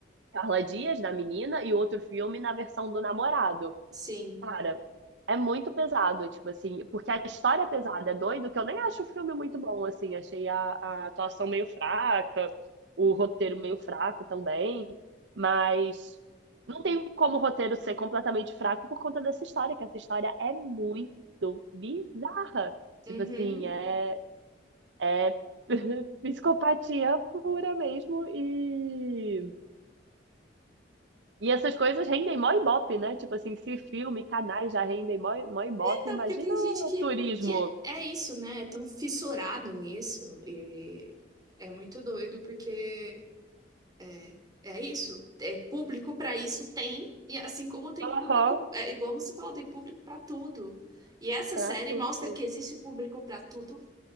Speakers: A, on the right; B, on the right.
A: Carla Dias, da menina, e outro filme na versão do namorado.
B: sim.
A: Cara, é muito pesado, tipo assim, porque a história é pesada, é doido, que eu nem acho o filme muito bom, assim, achei a, a atuação meio fraca, o roteiro meio fraco também, mas não tem como o roteiro ser completamente fraco por conta dessa história, que essa história é muito bizarra. Tipo
B: Uhum.
A: assim, é é <laughs> psicopatia pura mesmo e e essas coisas rendem mó ibope, né? Tipo assim, se filme, canais já rendem mó, mó ibope,
B: É, Então,
A: imagina
B: porque tem gente que,
A: o turismo.
B: que é isso, né? É tão fissurado nisso e é muito doido porque É, é isso. É público para isso tem, e assim como tem
A: Aham,
B: público, é igual você falou, tem público para tudo. E essa
A: pra
B: série
A: tudo
B: mostra que existe público para tudo